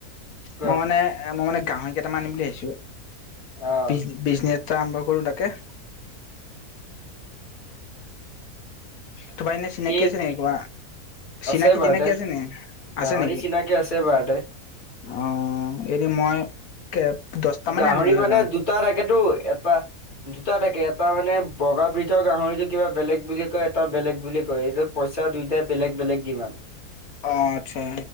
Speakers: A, on the left; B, on the left.
A: ক
B: মই মানে মই মানে গাহৰি কেইটামান আনিম বুলি ভাবিছোঁ।
A: আহ
B: বি বিজনেছ আৰম্ভ কৰো তাকে তোমাৰ এনেই চিনাকি
A: ঠিক
B: আছে নেকি কিবা? চিনাকি-তিনাকি
A: আছে বাৰুতে
B: আছে নে,
A: গাহৰি
B: আছে নেকি?
A: চিনাকি আছে বাৰুতে
B: অ এনে মই দহটা
A: গাহৰি
B: আনিলো হয়
A: মানে দুটা থাকেতো, এটা দুটা থাকে এটা মানে বগা বজৰ গাহৰি যদি কিবা বেলেগ বুলি কয় এটা বেলেগ বুলি কয় এইটো পইচা দুয়ইটাই বেলেগ বেলেগ কিমান
B: অ আচ্ছা